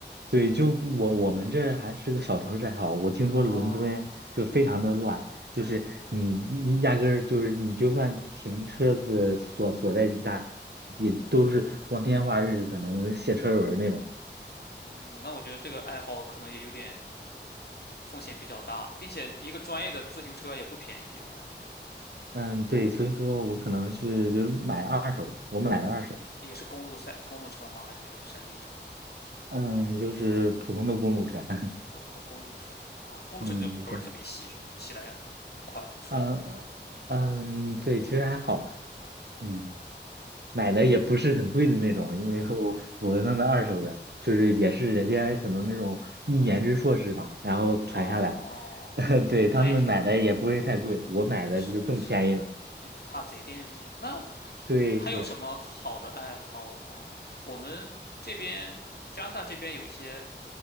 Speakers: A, on the right; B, on the left.
A: 对，就我我们这还是个小城市还好，我听说伦敦就非常的乱，
B: 哦，
A: 就是你压根儿就是你就算停车子所所在地大，也都是光天化日，可能卸车轮儿那种。
B: 嗯，那我觉得这个爱好可能也有点。风险比较大，并且一个专业的自行车也不便宜，我感觉
A: 嗯，对，所以说我可能是就是买二手的，我买的二手的，
B: 呃也是公路赛公路车吗？还是那种山地车？
A: 嗯，就是普通的公路车，<laughs>
B: 普通的公路车哦，公路车那种轮儿特别细是吗？
A: 嗯，对，
B: 就骑来很快很帅那种。
A: 呃，嗯，对，其实还好吧，
B: 哦
A: 嗯，买的也不是很贵的那种，因为我我弄的二手的，就是也是人家可能那种一年制硕士吧，然后传下来，
B: 哦，
A: <laughs> 对，
B: 那也挺好，
A: 他们买的也不会太贵，我买的就更便宜了，
B: 也是也是，那就怕贼惦记。那
A: 对，
B: 还有什么好的爱好吗？
A: 是的
B: 我们这边加拿大这边有一些